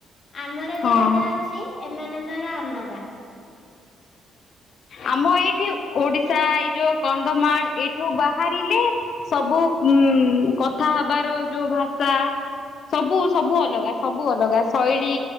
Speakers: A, on the left; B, on the left.
A: ଆମର ଯାହା
B: ହଁ
A: ଯାହା ଅଛି ଏମାନଙ୍କର ଅଲଗା।
B: ଆମ ଏଇଠି ଓଡିଶା ଏଇ ଯୋଉ କନ୍ଧମାଳ, ଏଇଠୁ ବାହାରିଲେ ସବୁ ଉଁ କଥା ହବାର ଯୋଉ ଭାଷା ସବୁ ସବୁ ଅଲଗା ସବୁ ଅଲଗା ଶୈଳୀ,